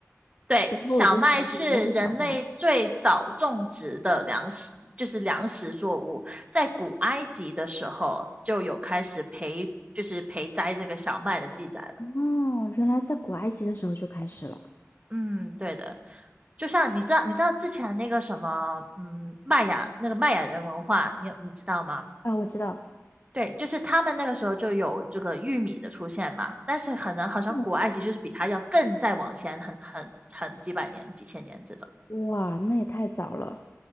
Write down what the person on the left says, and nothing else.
然后我就想说应该是小麦。
哦，原来在古埃及的时候就开始了
啊！我知道，
嗯，
哇，那也太早了，